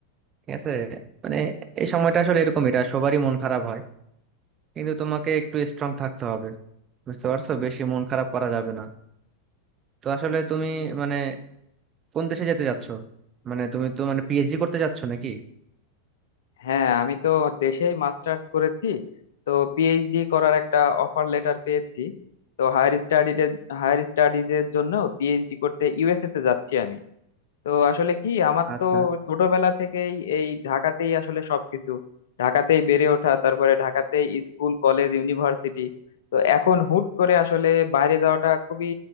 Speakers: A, on the right; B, on the left.
A: ঠিক আছে মানে এই সময়টা আসলে এরকম এটা সবারই মন খারাপ হয় কিন্তু তোমাকে একটু স্ট্রং থাকতে হবে বুঝতে পারছো বেশি মন খারাপ করা যাবে না তো আসলে তুমি মানে কোন দেশে যেতে যাচ্ছো মানে তুমি তো মানে পিএইচডি করতে যাচ্ছো নাকি
B: হ্যাঁ আমি তো দেশেই মাস্টার্স করেছি তো পিএইচডি করার একটা অফার লেটার পেয়েছি তো হায়ার স্টাডিতে হায়ার স্টাডিজের জন্য পিএইচডি করতে ইউএসএ তে যাচ্ছি আমি তো আসলে কি আমার
A: আচ্ছা
B: তো ছোটবেলা থেকেই এই ঢাকাতেই আসলে সবকিছু ঢাকাতেই বেড়ে ওঠা তারপরে ঢাকাতেই স্কুল কলেজ ইউনিভার্সিটি তো এখন হুট করে আসলে বাইরে যাওয়াটা খুবই